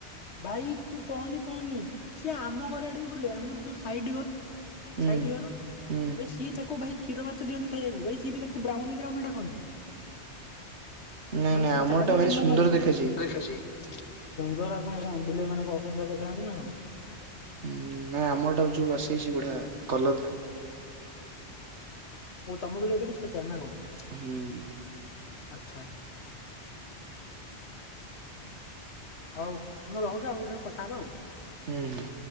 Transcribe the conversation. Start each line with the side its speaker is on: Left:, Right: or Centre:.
Left: ଭାଇ ତୁ କହନି କହନି ସିଏ ଆମ ଘର ଆଡେ ବି ବୁଲେ ଆମର ଯୋଉ ସାଇଡ ଘର
Right: ହୁଁ।
Left: ସାଇଟଘରୁ
Right: ହୁଁ
Left: ଭାଇ ସିଏ ତାକୁ ଭାଇ କ୍ଷୀର ଭାତ ଦିଅନ୍ତି ଖାଇବାକୁ ଭାଇ ସିଈ ବି ତାକୁ ବ୍ରାଉନ ବ୍ରାଉନ ଡାକନ୍ତି।
Right: ନାଇଁ
Left: ମାନେ
Right: ନାଇଁ
Left: ସେ
Right: ଆମରଟା
Left: ଚାରିଆଡେ
Right: ଭାରି
Left: ମୁହଁ
Right: ସୁନ୍ଦର
Left: ମାରୁଛି।
Right: ଦେଖାଯାଏ।
Left: ସୁନ୍ଦର ଆଉ କଣ କଣ ବିଲେଇ ମାନେ କଣ ଅସୁନ୍ଦର ଦେଖାଯାଆନ୍ତି ନା କଣ।
Right: ଉଁ ନାଇଁ ଆମର ଟା ଯୋଉ ଆସିଛି ବଢିଆ କଲର
Left: ଓ ତମ ବିଲେଇ ବୋଲି ସ୍ପେସିଆଲ ନା କଣ
Right: ହୁଁ
Left: ଆଛା। ହଉ ମୁଁ ରହୁଛି ଆଉ କେତେବେଳେ କଥା ହବା ଆଉ।
Right: ହୁଁ ହୁଁ।